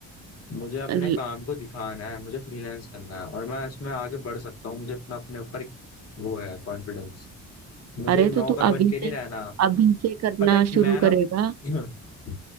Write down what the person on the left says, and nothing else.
मुझे अपने
काम को दिखाना है मुझे फ्रीलांस करना है और मैं इसमें आगे बढ़ सकता हूँ मुझे इतना अपने ऊपर वो है कॉन्फिडेंस मुझे
नौकर
बन
के नहीं
रहना
पता है
मैं ना
<clears throat>